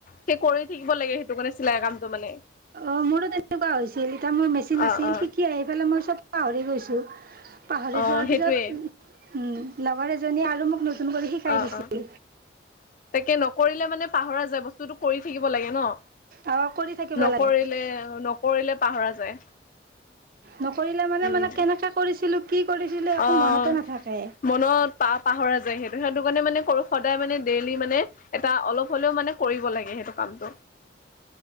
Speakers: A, on the left; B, on the right.
A: সেই কৰি থাকিব লাগে সেইটো কাৰণে চিলাই কামটো মানে
B: অ', মোৰো তেনেকুৱা হৈছিল, এতিয়া মোৰ মেচিন
A: অ
B: আাছিল
A: অ
B: শিকি আহি পালে মই চব পাহৰি গৈছো। পাহৰি
A: অ
B: যোৱাৰ
A: সেইটোৱে
B: পিছত, উম। লগৰ এজনীয়ে আৰু মোক কৰি শিকাই
A: অ',
B: দিছিল
A: অ', তাকে নকৰিলে মানে পাহৰা বস্তুটো কৰি থাকিব লাগে ন।
B: অঁ কৰি থাকিব
A: নকৰিলে,
B: লাগে
A: নকৰিলে পাহৰা যায়।
B: নকৰিলে মানে-মানে
A: উম
B: কেনেকে কৰিছিলো কি কৰিছিলো একো
A: অ',
B: মনতে নাথাকে
A: মনত পা-পাহৰা যায় সেইট ত', সেইটো কাৰণে মানে কৰোঁ, সদায় মানে ডেইলি মানে এটা অলপ হ'লেও মানে কৰিব লাগে সেইটো কামটো।